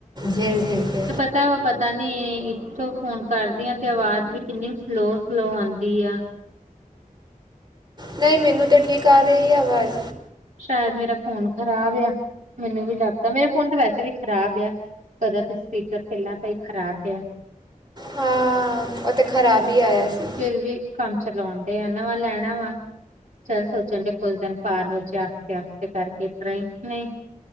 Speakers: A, on the right; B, on the right.
A: ਝੇਲ-ਝੇਲ ਕੇ
B: ਤਾਂ ਵਾ ਪਤਾ ਨੀ ਇੱਥੋਂ ਫੋਨ ਕਰਦੀ ਆ ਤੇ ਆਵਾਜ਼ ਵੀ ਕਿੰਨੀ ਸਲੋ-ਸਲੋ ਆਦੀ ਆ।
A: ਨਹੀਂ ਮੈਨੂੰ ਤਾਂ ਠੀਕ ਆ ਰਹੀ ਹੈ ਆਵਾਜ਼।
B: ਸ਼ਾਇਦ ਮੇਰਾ ਫੋਨ ਖ਼ਰਾਬ ਆ, ਮੈਨੂੰ ਵੀ ਲੱਗਦਾ, ਮੇਰਾ ਫੋਨ ਤਾਂ ਵੈਸੇ ਵੀ ਖ਼ਰਾਬ ਆ। ਕਦਾ ਤਾਂ ਸਪੀਕਰ ਪਹਿਲਾਂ ਤਾਂ ਹੀ ਖ਼ਰਾਬਿਆ।
A: ਹਾਂ ਉਤੇ ਖ਼ਰਾਬ ਹੀ ਆਇਆ ਸੀ।
B: ਫਿਰ ਵੀ ਕੰਮ ਚਲਾਉਣ ਡਏ ਆ, ਨਵਾਂ ਲੈਣਾ ਵਾ। ਚੱਲ ਸੋਚਣ ਡਏ ਕੁਝ ਦਿਨ ਪਾਰ ਹੋ ਜਾ ਸਤੇ ਕਰਕੇ ਇਸ ਤਰ੍ਹਾਂ ਹੀ ਨਹੀਂ।